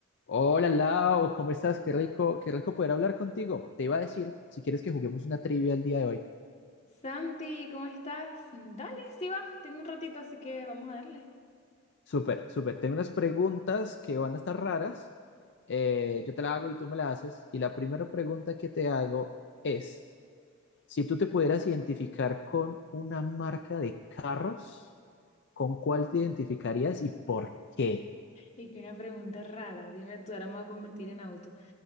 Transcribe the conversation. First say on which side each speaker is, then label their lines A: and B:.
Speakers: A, on the left; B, on the left.
A: Hola Lau, ¿cómo estás? Qué rico, qué rico poder hablar contigo. Te iba a decir, si quieres que juguemos una trivia el día de hoy.
B: Santi, ¿cómo estás? Dale, sí va, tengo un ratito, así que vamos a darle.
A: Súper, súper. Tengo unas preguntas que van a estar raras. Eh, yo te la hago y tú me la haces. Y la primera pregunta que te hago es, si tú te pudieras identificar con una marca de carros, ¿con cuál te identificarías y por qué?
B: Y que una pregunta rara, dime tú, ahora me voy a convertir en auto.